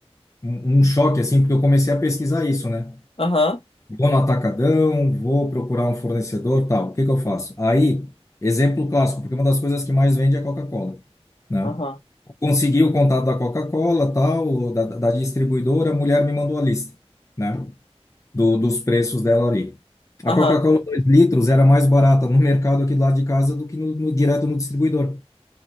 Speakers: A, on the left; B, on the left.
A: um um choque, assim, porque eu comecei a pesquisar isso, né?
B: Aham,
A: Vou no atacadão, vou procurar um fornecedor, tal. O que que eu faço? Aí, exemplo clássico, porque uma das coisas que mais vende é a Coca-Cola, né?
B: aham,
A: Consegui o contato da Coca-Cola, tal, da, da distribuidora, a mulher me mandou a lista, né? do- dos preços dela ali. A
B: aham.
A: Coca-Cola 2 litros era mais barata no mercado aqui do lado de casa do que no, no- direto no distribuidor.